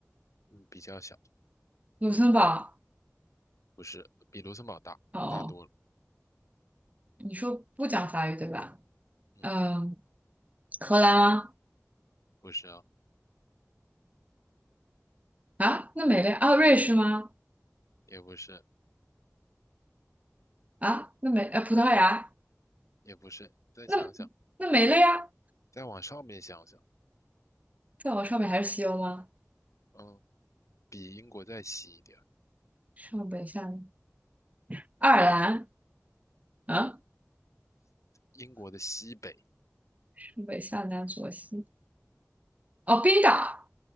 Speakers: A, on the left; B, on the right.
A: 嗯，比较小，
B: 卢森堡？
A: 不是比卢森堡大大多了，
B: 哦，你说不讲法语对吧？
A: 嗯，
B: 嗯，荷兰吗？
A: 不是啊，
B: 啊，那没了啊，瑞士吗？
A: 也不是
B: 啊，那没呃，葡萄牙
A: 也不是，再想想，
B: 那那没了呀，
A: 再往上面想想，
B: 再往上面还是西欧吗？
A: 嗯，比英国再西一点。
B: 上北下南，爱尔兰啊，
A: 英国的西北，
B: 上北下南左西哦，冰岛